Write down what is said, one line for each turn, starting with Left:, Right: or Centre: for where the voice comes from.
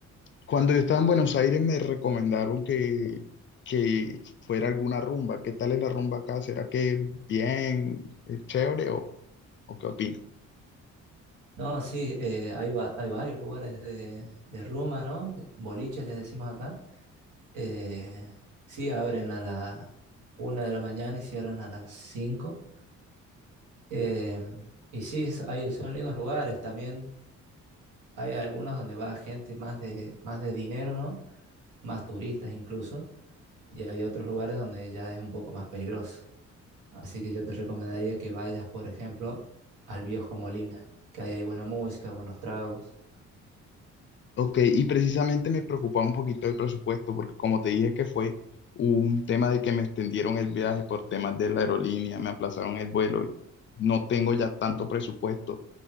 Left: Cuando yo estaba en Buenos Aires me recomendaron que, que fuera alguna rumba. ¿Qué tal es la rumba acá? ¿Será que bien, es chévere o, o qué opinas?
Right: No, sí, eh, hay, va- hay varios lugares de, de rumba, ¿no? De- Boliches les decimos acá. Eh, sí, abren a la una de la mañana y cierran a las cinco, Eh, y sí, es- hay, son lindos lugares. También hay algunos donde va gente más de, más de dinero, ¿no? Más turistas incluso. Y hay otros lugares donde ya es un poco más peligroso. Así que yo te recomendaría que vayas, por ejemplo, al Viejo Molina, que ahí hay buena música, buenos tragos.
Left: Ok, y precisamente me preocupaba un poquito el presupuesto, porque como te dije que fue un tema de que me extendieron el viaje por temas de la aerolínea, me aplazaron el vuelo, no tengo ya tanto presupuesto,